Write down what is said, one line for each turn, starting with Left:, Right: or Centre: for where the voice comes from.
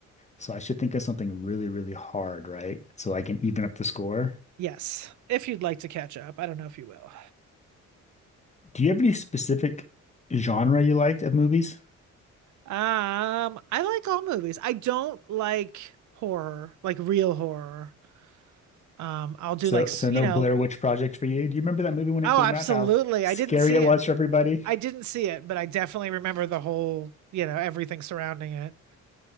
Left: So I should think of something really, really hard, right? So I can even up the score.
Right: Yes. If you'd like to catch up, I don't know if you will.
Left: Do you have any specific genre you liked of movies?
Right: Um, I like all movies. I don't like horror, like real horror. Um, I'll do
Left: So,
Right: like, s-
Left: so
Right: you
Left: no
Right: know,
Left: Blair Witch Project for you. Do you remember that movie when it
Right: oh,
Left: came
Right: absolutely.
Left: out? How scary
Right: I didn't see
Left: it was
Right: it.
Left: for everybody.
Right: I didn't see it, but I definitely remember the whole, you know, everything surrounding it.